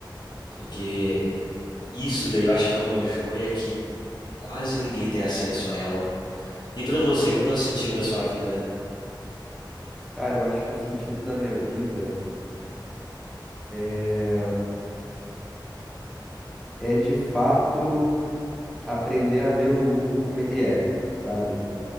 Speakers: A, on the left (about 65°); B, in the centre.
A: Porque isso daí eu acho que é uma joia que quase ninguém tem acesso a ela. E pra você, qual que é o sentido da sua vida?
B: Cara, eu acho que o sentido da minha vida. é é de fato aprender a ver o mundo como ele é, sabe?